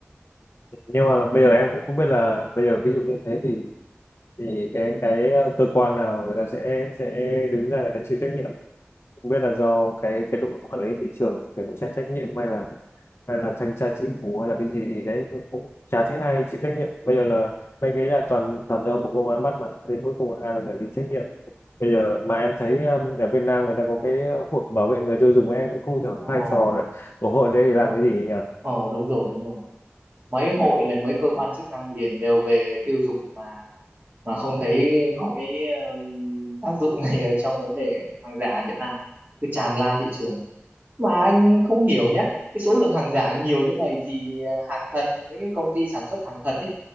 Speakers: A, on the left; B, on the right.
A: <laughs> nhưng mà bây giờ em cũng không biết là bây giờ ví dụ như thế thì thì cái cái ờ, cơ quan nào người ta sẽ sẽ đứng ra người ta chịu trách nhiệm không biết là do cái cái đội quản lý thị trường để cũng sẽ trách nhiệm hay là hay là thanh tra chính phủ hay là cái gì gì đấy cũng chả thấy ai chịu trách nhiệm bây giờ là mấy cái là toàn toàn do bộ công an bắt mà thì cuối cùng ai là người chịu trách nhiệm bây giờ mà em thấy um, ở Việt Nam người ta có cái hội bảo vệ người tiêu dùng em cũng không hiểu cái
B: ờ
A: vai trò là của hội đấy để làm cái gì nhỉ
B: ờ đúng rồi đúng rồi mấy hội là mấy cơ quan chức năng liền đều về tiêu dùng mà mà không thấy có cái ừm, tác dụng <laughs> này ở trong vấn đề hàng giả ở Việt Nam cứ tràn lan thị trường mà anh không hiểu nhé cái số lượng hàng giả nhiều thế này thì hàng thật những cái công ty sản xuất hàng thật ấy